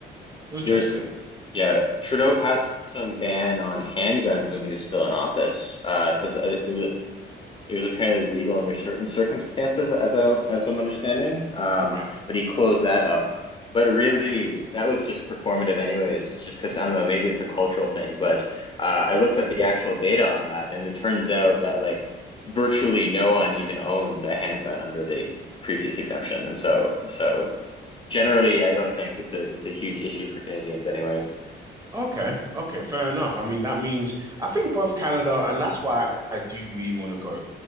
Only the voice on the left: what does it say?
there's, yeah, Trudeau passed some ban on handguns when he was still in office, uh, because it, it was it was apparently legal under certain circumstances, as I as I'm understanding. Um,
but he closed that up. But really, that was just performative, anyways. Just because I don't know, maybe it's a cultural thing. But uh, I looked at the actual data on that, and it turns out that like virtually no one even owned a handgun under the previous exemption, and so so generally, I don't think it's a it's a huge issue for Canadians anyways.